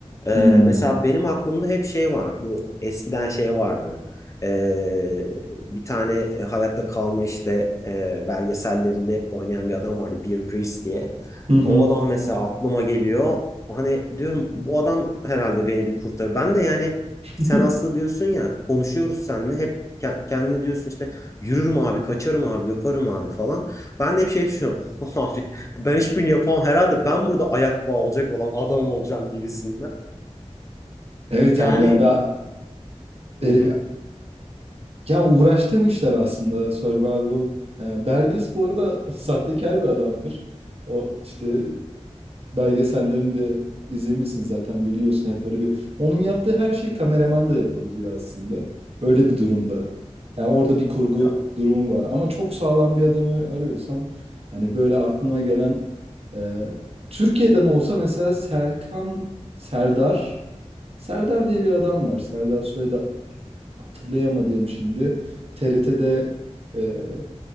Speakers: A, on the left (about 25°); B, on the right (about 55°).
A: Ee,
B: Hmm.
A: mesela benim aklımda hep şey var. Bu eskiden şey vardı. Ee, bir tane e, hayatta kalma işte e, belgesellerinde hep oynayan bir adam vardı. Bear Grylls diye.
B: Hı hı.
A: O adam mesela aklıma geliyor. Hani diyorum bu adam herhalde beni bir kurtarır. Ben de yani
B: <laughs>
A: sen aslında diyorsun ya konuşuyoruz seninle hep ke- kendine diyorsun işte yürürüm abi kaçarım abi yaparım abi falan. Ben de hep şey düşünüyorum <laughs> abi ben hiçbirini yapamam herhalde ben burada ayak bağı olacak olan adam olacağım gibisinden.
B: Evet
A: Yani
B: abi yani daha e,
A: hı hı.
B: Ya uğraştığım işler aslında survival. E, Bergis bu arada <laughs> sahtekar bir adamdır. O işte belgesellerini de izlemişsin zaten biliyorsun hep böyle bir. Onun yaptığı her şeyi kameraman da yapabiliyor aslında. Öyle bir durumda. Yani orada bir kurgu
A: Ya,
B: durumu var. Ama çok sağlam bir adamı arıyorsan hani böyle aklıma gelen e, Türkiye'den olsa mesela Serkan Serdar Serdar diye bir adam var. Serdar Soyda hatırlayamadığım şimdi TRT'de e,